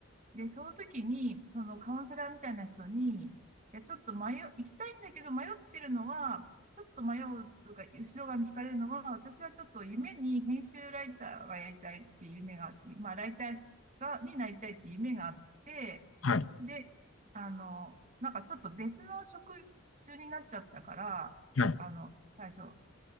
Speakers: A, on the right; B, on the left.
A: で、その時に、そのカウンセラーみたいな人に、いや、ちょっと迷う、行きたいんだけど迷ってるのは、ちょっと迷うとか、後ろ側に惹かれるのは、私はちょっと夢に編集ライターがやりたいっていう夢があって、まあ、ライターが、になりたいっていう夢があって、
B: はい。
A: で、あの、なんかちょっと別の職種になっちゃったから、
B: はい。
A: あの、最初、